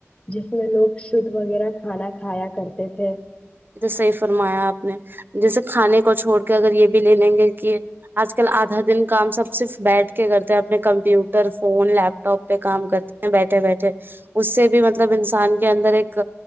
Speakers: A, on the left (about 25°); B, on the right (about 45°).
A: جس میں لوگ شدھ وغیرہ کھانا کھایا کرتے تھے
B: صحی فرمایا آپ نے جیسے کھانے کو چھوڑ کے اگر یہ بھی لے لیں گے کہ آج کل آدھا دن کام سب صرف بیٹھ کے کرتے ہیں اپنے کمپیوٹر فون لیپ ٹاپ پہ کام کرتے ہیں بیٹھے بیٹھے اس سے بھی مطلب انسان کے اندر ایک